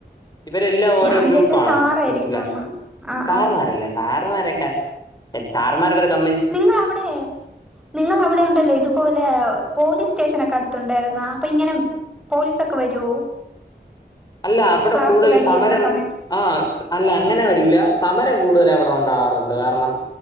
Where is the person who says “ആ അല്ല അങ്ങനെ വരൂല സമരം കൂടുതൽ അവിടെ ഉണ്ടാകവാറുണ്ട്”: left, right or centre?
Left